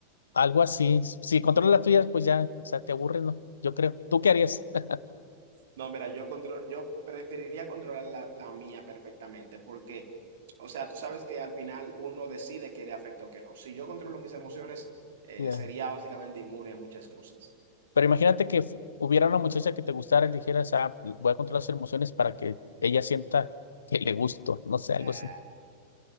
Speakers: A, on the left; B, on the right.
A: Algo así. Si controlas las tuyas, pues ya, o sea, te aburres, ¿no? Yo creo. ¿Tú qué harías? <laughs>
B: No, mira, yo control, yo preferiría controlar la, la mía perfectamente, porque, o sea, tú sabes que al final uno decide qué le afecta o qué no. Si yo controlo mis emociones, eh,
A: Ya.
B: sería básicamente inmune a muchas cosas.
A: Pero imagínate que f- hubiera una muchacha que te gustara y le dijeras, ah, voy a controlar sus emociones para que ella sienta que le gusto, no sé, algo
B: Ah,
A: así.